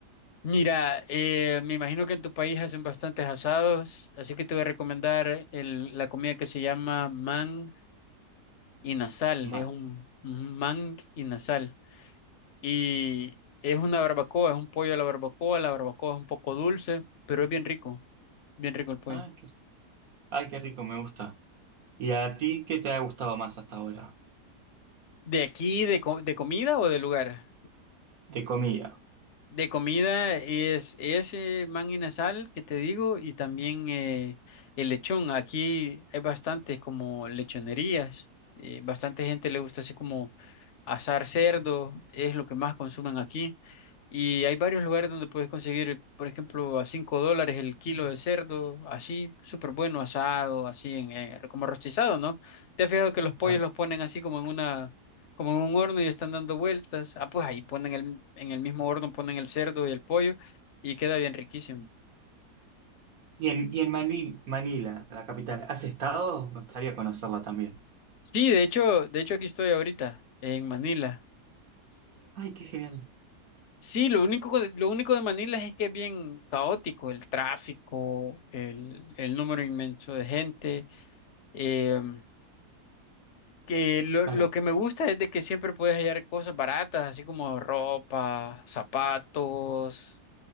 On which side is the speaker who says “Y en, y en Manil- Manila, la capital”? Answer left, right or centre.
Right